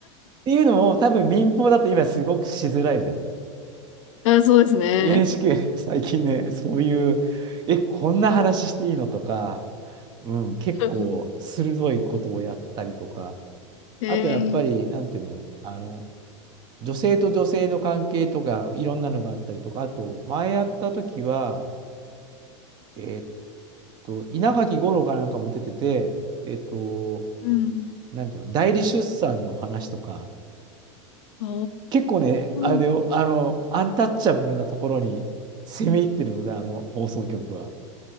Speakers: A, on the right; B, on the left.
A: ていうのを多分民放だと今すごくしづらいじゃない。
B: あ、そうですね。
A: NHK ね最近ね、そういう、え、こんな話していいのとか、うん、結構鋭いことをやったりとか、
B: うんええ
A: あとやっぱり、なんていうの、あの、女性と女性の関係とか、いろんなのがあったりとか、あと、前やった時は、えーっと、稲垣吾郎かなんかも出てて、えーっと、
B: うん。
A: なんていうの、代理出産の話とか、
B: お
A: 結構ね、あれだよ、
B: ー。
A: あの、アンタッチャブルなところに攻め入ってるので、あの放送局は。